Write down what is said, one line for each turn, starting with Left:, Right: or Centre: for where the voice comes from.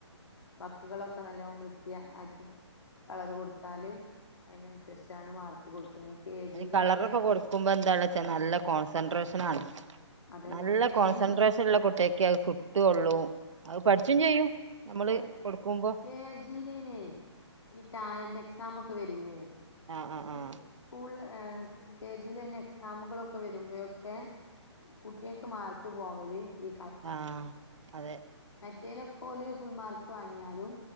Left: വക്കുകളൊക്കെ നല്ല വൃത്തി ആക്കി കളറ് കൊടുത്താൽ അതിനനുസരിച്ചാണ് മാർക്ക് കൊടുക്കുന്നത് കെ
Right: അതിന്
Left: ജിയിലൊക്കെ
Right: കളറൊക്കെ കൊടുക്കുമ്പോ എന്താള്ള നല്ല കോൺസെൻട്രേഷൻ ആണ്
Left: അതന്നെ
Right: നല്ല
Left: കെ
Right: കോൺസെൻട്രേഷൻ
Left: ജി
Right: ഉള്ള കുട്ടിയക്കെ കിട്ടുള്ളൂ അത് പഠിച്ചും ചെയ്യും നമ്മള്
Left: ആ
Right: കൊടുക്കുമ്പോ
Left: കെ ജിലാണ് ഈ ടാലൻ്റ് എക്സാം ഒക്കെ വരൂല്ലേ
Right: ആഹ് ആഹ്
Left: ങ്
Right: ആഹ്
Left: സ്കൂളില് ആ കെ ജിലെ ന്നെ എക്സാമുകളൊക്കെ വരുമ്പോഴൊക്കെ കുട്ടികൾക്ക് മാർ തു പോവല് ഈ
Right: ആ അതെ
Left: മറ്റെയ്നൊക്കെ ഓല് ഫുൾ മാർക്ക് വാങ്ങിയാലും